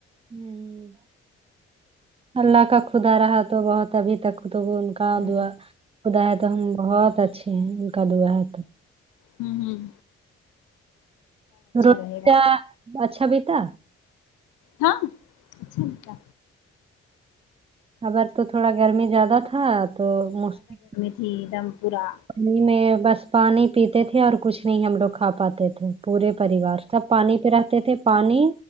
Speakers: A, on the right; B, on the left.
A: ھمم اللہ کا خدا رہا تو بات ابھی تک قبول ان کا
B: ہ
A: دعا خدا ہے تو ہم بہت اچھے ہیں ان کا دعا ہے تو
B: ھمم ھمم
A: روٹ
B: رہے گا
A: کا اچھا بھی تھا
B: ہاں اچھا ہی تھا
A: اگر تو تھوڑا گرمی زیادہ تھا تو مشکل
B: کیدم پورہ
A: گرمی میں بس پانی پیتے تھے اور کچھ نہیں ہم لوگ کھا پاتے تھے پورے پریوار سب پانی پہ رہتے تھے پانی